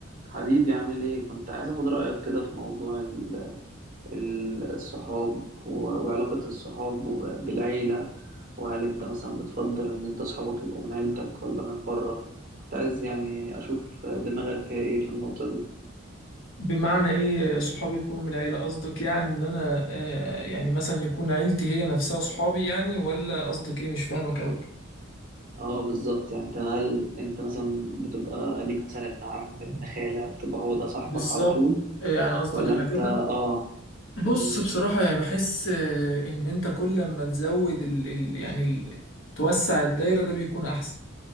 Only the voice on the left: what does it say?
بمعنى ايه صحابي يكونوا من العيلة قصدك يعني ان انا آه، يعني مثلا يكون عيلتي هي نفسها صحابي يعني ولا قصدك ايه مش فاهمك اوي
بالظبط
آه، يعني قصدك
على
كده
بص
بصراحة يعني بحس آه، ان انت كل ما تزود ال ال يعني ال توسع الدايرة ده بيكون احسن